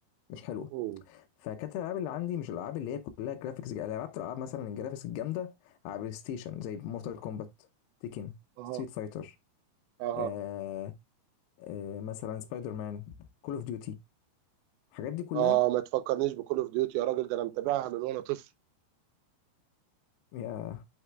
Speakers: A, on the left (about 80°); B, on the right (about 85°).
A: مش حلوه
B: اوه
A: فكانت الالعاب اللي عندي مش الالعاب اللي هي كلها جرافيكس انا لعبت العاب مثلا الجرافيكس الجامده على بلاي ستيشن زي مورتال كومبات تيكن
B: اها
A: ستريت فايتر
B: اها
A: آه آه مثلا سبايدر مان كول اوف ديوتي الحاجات دي كلها
B: اه ما تفكرنيش بكول اوف ديوتي يا راجل ده انا متابعها من وانا طفل
A: كانت